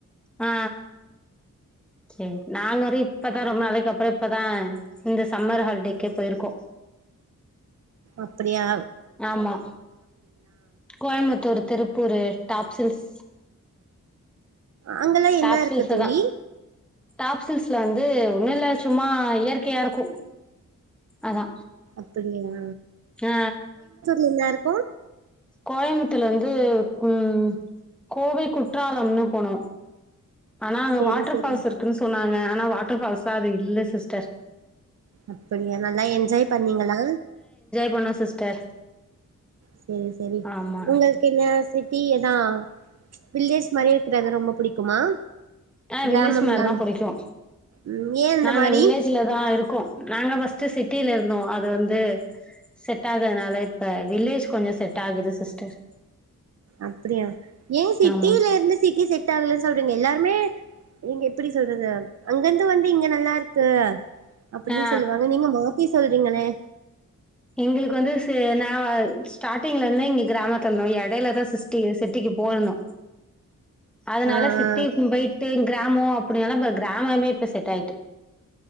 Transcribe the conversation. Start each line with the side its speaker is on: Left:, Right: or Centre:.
Centre: ஆ சரி நாங்க வரி இப்பதா ரொம்ப நாளைக்கு அப்புறோ இப்பதா இந்த சம்மர் ஹாலிடேக்கே போயிருக்கோ
Right: அப்படியா
Centre: ஆமா கோயம்முத்தூரு திருப்பூரு டாப் சில்ஸ்
Right: அங்கெல்லா என்ன
Centre: டாப்சில்ஸ்ல
Right: இருக்கு தோழி
Centre: தா டாப்சில்ஸ்ல வந் அது ஒன்னு இல்ல சும்மா இயற்கையா இருக்கு அதா
Right: அப்படியா
Centre: அ
Right: லின்னா இருக்கு
Centre: கோயம்புத்துல வந்து ம் கோவை குற்றாலம்னு போனோ ஆனா அங்க
Right: சேரி
Centre: வாட்டர்ஃபால்ஸ்
Right: சேரி
Centre: இருக்குன் சொன்னாங்க ஆனா வாட்டர்ஃபால்ஸா அது இல்ல சிஸ்டர்
Right: அப்படியா நல்லா என்ஜாய் பண்ணீங்களா
Centre: பன்னோ சிஸ்டர்
Right: சேரி சேரி
Centre: ஆமா
Right: உங்களுக்கு என்ன சிட்டி என் தா வில்லேஜ் மாரியே இருக்கறது ரொம்ப புடிக்குமா
Centre: அ வில்லேஜ்
Right: கிராமம்லா
Centre: மாரி தா புடிக்கு
Right: ம் ஏ அந்த
Centre: நாங்க
Right: மாரி
Centre: வில்லேஜ்ல தா இருக் கோ நாங்க ஃபஸ்ட்டு சிட்டில இருந்தோ அது வந்து செட் ஆகானால இப்ப வில்லேஜ் கொஞ்சோ செட் ஆகுது சிஸ்டர்
Right: அப்டியா ஏ சிட்டில
Centre: ஆமா
Right: இருந்து சிட்டி செட் ஆகலன் சொல்றீங்க எல்லாருமே நீங்க எப்டி சொல்றது அங்கந்து வந்து இங்க நல்லாருக்கு அப்படின்
Centre: ஆ
Right: சொல்லுவாங்க நீங்க மாத் இ சொல்றிங்கனே
Centre: எங்களுக்கு வந்து ச நா ஸ்டார்ட்டிங்ல இருந்தே இங்க கிராமத்லனோ இடையில தான் சிஸ்டி சிட்டிக்கு போய்ந்தோ அதனால
Right: ஆ
Centre: சிட்டிக்கும்
Right: ஆ
Centre: பயிட்டு க்ராமோ அப்டினால இப்ப கிராமமே இப்ப செட் ஆயிட்டு